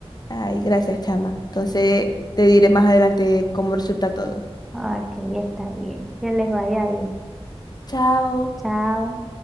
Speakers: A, on the left; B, in the centre.
A: ay, gracias, chama. Entonces te diré más adelante cómo resulta todo.
B: Ok, está bien. Que les vaya bien.
A: Chao.
B: Chao.